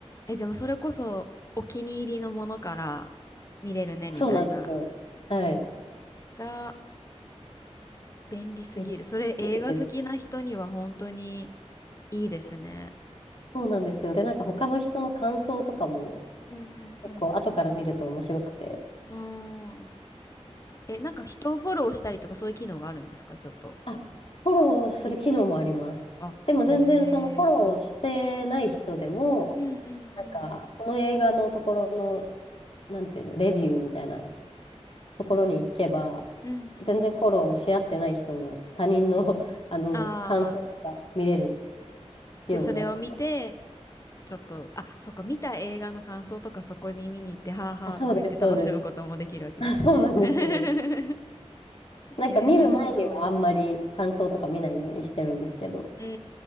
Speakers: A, on the left (about 30°); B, on the left (about 50°).
A: え、じゃあもうそれこそお気に入りのものから見れるね、
B: そうなんですよ。
A: みたいな。
B: はい。
A: じゃあ、便利すぎる。
B: めっち
A: それ映画好きな人には本当に
B: ゃいいです。
A: いいですね。
B: そうなんですよ。で、なんか他の人の感想とかも
A: うんうんうん。
B: 結構後から見ると面白くて、
A: うーん。え、なんか人をフォローしたりとかそういう機能があるんですかちょっと。
B: あ、フォローする機能もあります。
A: あ、
B: でも全然そのフォローしてない人でも、
A: へえ。うんうんうん。
B: なんかその映画のところの、なんていうの、レビューみたいなところに行けば、
A: うんうん。
B: 全然フォローし合ってない人も他人の、<laughs> あの感想とか見れる
A: ああ、
B: ようになったから。
A: で、それを見て、ちょっと、あ、そっか、見た映画の感想とかそこに見に行って、はあはあとか言って楽しむこともできるわけですよね。
B: あ、そうです、そうです。あ、そうなんですよ。
A: <laughs>
B: なんか見る前にはあんまり感想とか見ないようにしてるんですけど、
A: えー、なるほど。うんう